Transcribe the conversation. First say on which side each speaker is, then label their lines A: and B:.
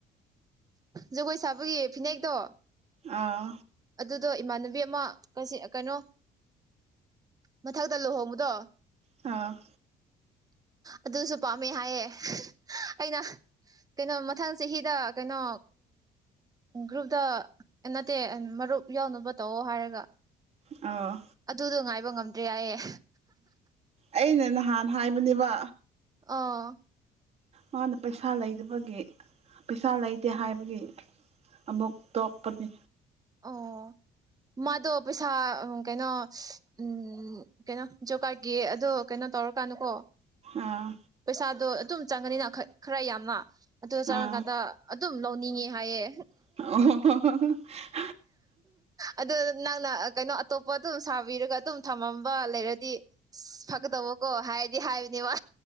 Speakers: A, on the right; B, on the right.
A: ꯖꯒꯣꯏ ꯁꯥꯕꯒꯤ ꯐꯤꯅꯦꯛꯇꯣ
B: ꯑꯥ
A: ꯑꯗꯨꯗꯣ ꯏꯃꯥꯟꯅꯕꯤ ꯕꯦꯛ ꯑꯃ ꯀꯁꯤ ꯀꯩꯅꯣ ꯃꯊꯛꯇ ꯂꯨꯍꯣꯡꯕꯗꯣ
B: ꯑ
A: ꯑꯗꯨꯁꯨ ꯄꯥꯝꯃꯦ ꯍꯥꯏꯌꯦ ꯑꯩꯅ ꯀꯩꯅꯣ ꯃꯊꯪ ꯆꯍꯤꯗ ꯀꯩꯅꯣ ꯒ꯭ꯔꯨꯞꯇ ꯅꯠꯇꯦ ꯃꯔꯨꯞ ꯌꯥꯎꯅꯕ ꯇꯧꯑꯣ ꯍꯥꯏꯔꯒ
B: ꯑꯣ
A: ꯑꯗꯨꯗꯣ ꯉꯥꯏꯕ ꯉꯝꯗ꯭ꯔꯦ ꯍꯥꯏꯌꯦꯦ
B: ꯑꯩꯅ ꯅꯍꯥꯟ ꯍꯥꯏꯕꯅꯦꯕ
A: ꯑꯥ
B: ꯃꯥꯅ ꯄꯩꯁꯥ ꯂꯩꯇꯕꯒꯤ ꯄꯩꯁꯥ ꯂꯩꯇꯦ ꯍꯥꯏꯕꯒꯤ ꯑꯃꯨꯛ ꯇꯣꯛꯀꯅꯤ
A: ꯑ ꯃꯥꯗꯣ ꯄꯩꯁꯥ ꯀꯩꯅꯣ ꯎꯝ ꯀꯩꯅꯣ ꯖꯒꯥꯥꯏꯒꯤ ꯑꯗꯣ ꯀꯩꯅꯣ ꯇꯔꯀꯥꯅꯨꯀꯣ
B: ꯑꯥ
A: ꯄꯩꯁꯥꯗꯣ ꯑꯗꯨꯝ ꯆꯪꯉꯅꯤꯅ ꯈꯔ ꯌꯥꯝꯅ ꯑꯗꯨ ꯆꯪꯉꯀꯥꯟꯗ
B: ꯑꯥ
A: ꯑꯗꯨꯝ ꯁꯨꯝ ꯂꯧꯅꯤꯡꯉꯦ ꯍꯥꯏꯌꯦꯦ
B: ꯑꯣ ꯍ
A: ꯑꯗꯨ <unintelligible> ꯅꯪꯅ ꯀꯩꯅꯣ ꯑꯇꯣꯞꯄ ꯑꯗꯨꯝ ꯁꯥꯕꯤꯔꯒ ꯑꯗꯨꯝ ꯊꯝꯃꯝꯕ ꯂꯩꯔꯗꯤ ꯑꯁ ꯐꯒꯗꯧꯕꯀꯣ ꯍꯥꯏꯗꯤ ꯍꯥꯏꯕꯅꯦꯕ